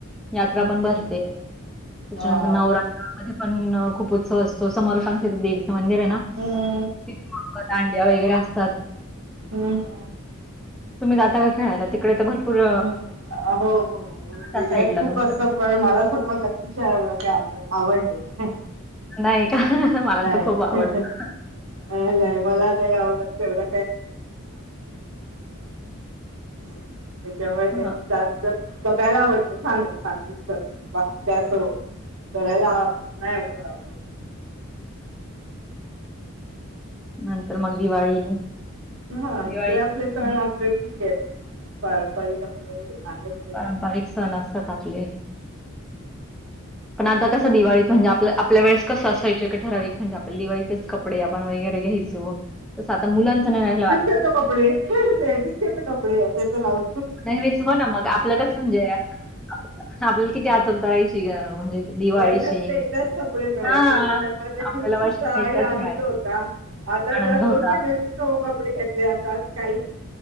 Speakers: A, in the centre; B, on the right.
A: यात्रा
B: हम्म
A: पण भरते त्याच्यानंतर
B: हा हा
A: नवरात मध्ये पण खूप उत्सव असतो असं मला सांगत देवीचं मंदिर आहे ना
B: हम्
A: ि अंड्या वगैरे असतात
B: हम्म
A: तुम्ही जाता का खेळायला तिकडे तर भरपूर
B: हम्म हो हो हो हो.
A: त्या
B: एरियात
A: साईडला
B: खूप
A: तुमच्याक
B: असतं पण मला स्वतः व्यक्तिशा एवढं काही आवड आवड नाहीये
A: नाही का मला
B: नाही
A: तर खूप
B: नाही
A: आवडत
B: नाही नाही मला काही आवडत एवढं <unintelligible> त्याच्यामुळे त्यांनी
A: हा
B: जात बघायला आवडतं छान आहे छान इतकंच बाकी काय असं करायला नाही एवढं आव
A: नंतर मग दिवाळी
B: हा
A: दिवाळी
B: ते आपले सण आपले ठीक आहेत पारंपरिक आपले आहेत. ते.
A: पारंपरिक सण असतात आपले पण आता कसं दिवाळीत म्हणजे आपल्या वळेस कस असायचं का ठराविक म्हणजे आपण दिवाळीचेच कप कपडे आपण वगैरे घ्यायचो तस आता मुलांच नाही राहि
B: कस कपडे. रच घेत कपडे त्याच्या जाऊ
A: नेहमीच हो ना मग आपल्या कसं म्हणजे आपल्याला किती आतलता रायची ग म्हणजे दिवाळीची
B: वर्षातून एकदाच कपडे मिळायचे
A: हा.
B: त्याच्यामुळे त्याची
A: आपल्याला
B: उत्सुकता
A: वर्षातून
B: आणि
A: एकदाच
B: आनंद
A: मिळायचा
B: होता. आता
A: आनंद
B: तर
A: होता.
B: दोन महिन्याचेच लो कपडे घेतले जातात काही